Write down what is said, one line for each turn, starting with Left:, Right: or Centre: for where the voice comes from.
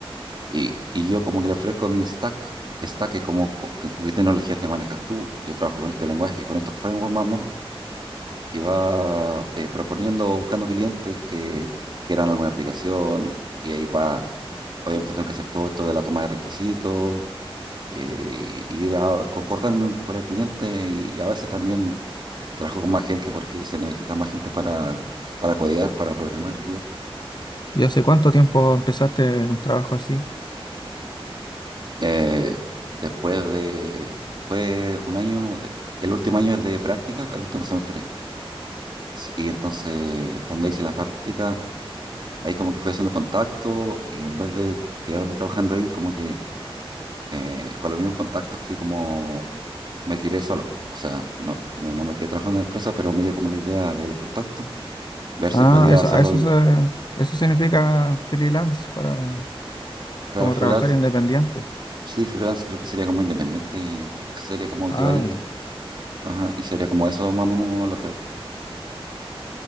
Right: y, y yo como que le ofrezco mi stack. Stack es como co- que- con qué tecnología te manejas tú. Yo trabajo con este lenguaje, con estos frameworks más o menos. Y va eh, proponiendo, buscando clientes que quieran alguna aplicación y ahí va. Obviamente tengo que hacer todo esto de la toma de requisitos eh, y- ir a concordar un- con el cliente y, y a veces también trabajo con más gente porque se necesita más gente para, para codear, para programar igual.
Left: ¿Y hace cuánto tiempo empezaste un trabajo así?
Right: Eh, después de fue un año, de- el último año es de práctica, el último semestre. Sí, y entonces donde hice las prácticas, ahí como que fui haciendo contacto y en vez de quedarme trabajando ahí, como que eh, con los mismos contactos fui como me tiré solo. O sea, no me, no me quedé trabajando en la empresa, pero me dio como la idea de los contactos. ver
Left: Ah,
Right: si podía
Left: eso,
Right: hacerlo
Left: a eso
Right: yo.
Left: se, eso significa freelance para
Right: Claro,
Left: como
Right: freelance,
Left: trabajar independiente.
Right: sí, freelance creo que sería como independiente, sería como
Left: Ah,
Right: equivalente.
Left: ya.
Right: Ajá, y sería como eso más o menos lo que hago.